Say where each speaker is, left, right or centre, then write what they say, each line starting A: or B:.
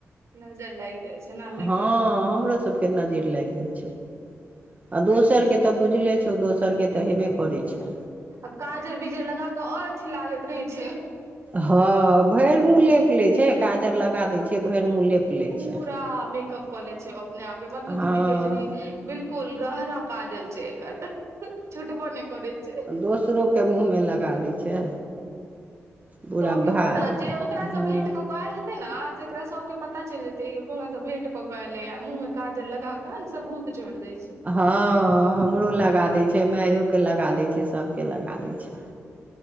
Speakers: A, on the right; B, on the right.
A: नजर लागि जाइ छै ने नहि
B: हँ हमरो सब के नजैर लाइग जाय छै। आ दोसर के तऽ बुझले छौ दोसर के तऽ हेबे करै छै।
A: आ काजर बीजर लगा कऽ और अथी लागैत रहै छै।
B: हँ भैर मुँह लेप लेै छै काजर लगा देैय छियै भैर मुँह लेप। लै
A: पूरा
B: छै
A: मेकअप कऽ लेै छै ओ अपने आप मधु
B: हँ
A: दीदी कहै छथीन बिल्कुल गहरा काजल छै एकर छूटबो नेै करेै छै।
B: दोसरो। के मुँह मे लगा दै छै। पूरा
A: सब के
B: भा
A: पता जे ओकरा से
B: हँ
A: भेंट क के आयल हेतै जेते ने त एकरा सबके पता चलि जेतै ई बौआ भेंट कऽ के एलैये, मुँह मे काजल लगा क सबूत छोड़ि दै छै।
B: हां। हमरो लगा दै छै माइयो के लगा दै छै सभके लगा दै छै।